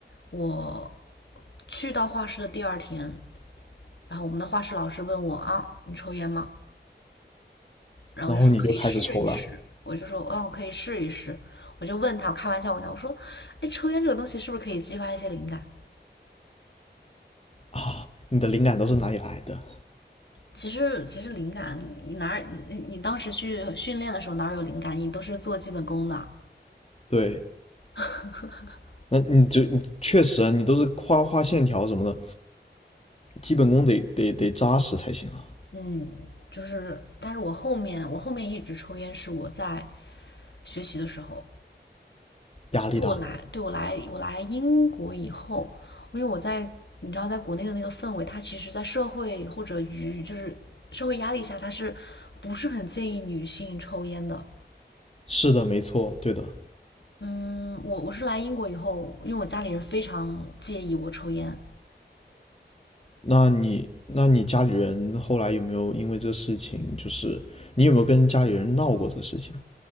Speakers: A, on the left; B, on the left.
A: 我去到画室的第二天，然后我们的画室老师问我啊，你抽烟吗？然后我就说可以试一试，
B: 然后你就开始抽了
A: 我就说哦，可以试一试。我就问他，我开玩笑问他，我说，哎，抽烟这个东西是不是可以激发一些灵感？
B: 啊，你的灵感都是哪里来的？
A: 其实其实灵感，你哪儿你你当时去训练的时候哪儿有灵感？你都是做基本功的。
B: 对，
A: <laughs>
B: 那你就你确实啊，你都是画画线条什么的，基本功得得得扎实才行啊，
A: 嗯，就是，但是我后面我后面一直抽烟是我在学习的时候，
B: 压力大。
A: 就我来，对我来我来英国以后，因为我在你知道在国内的那个氛围，它其实在社会或者舆就是社会压力下，它是不是很建议女性抽烟的？
B: 是的，没错，对的。
A: 嗯，我我是来英国以后，因为我家里人非常介意我抽烟，
B: 那你那你家里人后来有没有因为这个事情，就是你有没有跟家里人闹过这个事情，